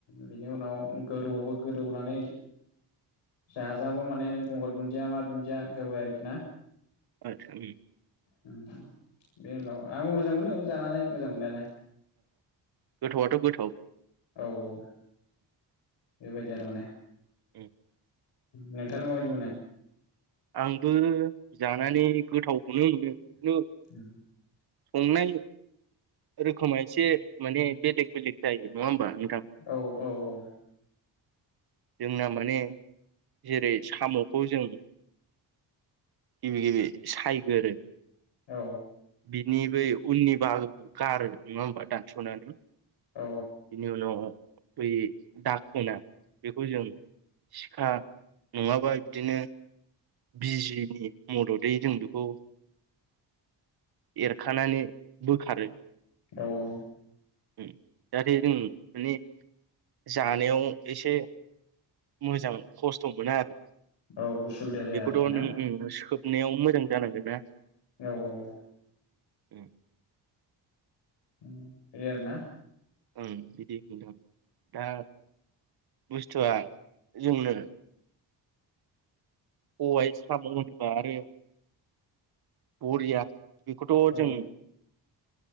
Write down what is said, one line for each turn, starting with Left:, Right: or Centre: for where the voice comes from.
Left: बिनि उनाव गोदौबो गोदौनानै जाजाबो माने गंगार दुन्दिया मा दुन्दिया होबाय आरोखि ना।
Right: आतसा उम।
Left: बेनि उनाव आंबो मोजां मोनो जानानै मोजां मोननायालाय।
Right: गोथौआथ गोथाव।
Left: औ औ बेबायदि आरो माने
Right: उम।
Left: नोंथाङालाइ माबादि मोनो?
Right: आंबो जानानै गोथावखौनो मोनो। खिन्थु
Left: <unintelligible>
Right: संनाय। रोखोमै एसे माने बेलेग बेलेग जायो नङा होमबा? नोंथां
Left: औ औ औ।
Right: जोंना माने जेरै सामखौ जों गिबि गिबि सायगोरो।
Left: औ।
Right: बिनि बै उननि बाहागोखौ गारो। नङा होमबा दानसनानै
Left: औ
Right: बिनि उनाव बै दाखोना बेखौ जों हा नङाबा बिदिनो बिजिनि मददै जों बेखौ एरखानानै बोखारो
Left: औ ओ
Right: जाहाथे जों माने जानायाव एसे मोजां खस्थ मोना आरो
Left: औ उसुबिदा जाया
Right: बेखौथ
Left: आरोखि
Right: <unintelligible>
Left: ना
Right: सोब याव मोजां जानांगोन ना
Left: औ औ
Right: उम
Left: <unintelligible> आरोना
Right: ओं बिदि नोंथां दा बुस्थुआ जोंनो साबाय साम होनोबा आरो बरिया बेखौथ
Left: औ
Right: जों